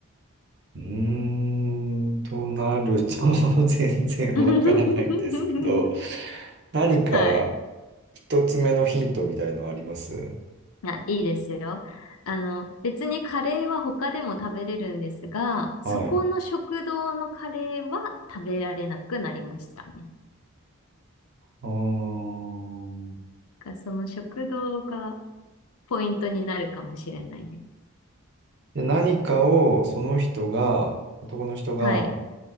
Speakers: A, on the right; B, on the left.
A: うーん、となると <laughs> 全然わからないんですけど、
B: <laughs>
A: 何か
B: はい。
A: 一つ目のヒントみたいのあります
B: あ、いいですよ。あの、別にカレーは他でも食べれるんですが、そこの食堂のカレーは食べられなくなりましたね。
A: はい。
B: だ
A: あー
B: からその食堂がポイントになるかもしれないです。
A: で、何かをその人が、男の人が
B: はい。